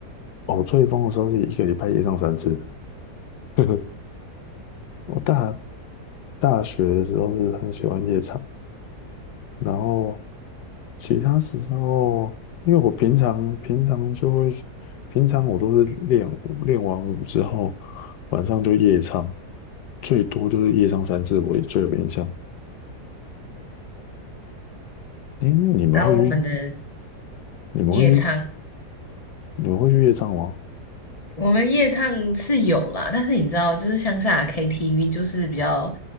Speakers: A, on the left; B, on the left.
A: 哦，我最疯的时候是一个礼拜夜唱三次，<laughs> 我大大学的时候是很喜欢夜唱，然后其他时候，因为我平常平常就会，平常我都是练舞，练完舞之后晚上就夜唱，最多就是夜唱三次，我也最有印象。诶，那你们会去？
B: 然后我们的
A: 你们会去？
B: 夜唱
A: 你们会去夜唱吗？
B: 我们夜唱是有啦，但是你知道，就是乡下 KTV 就是比较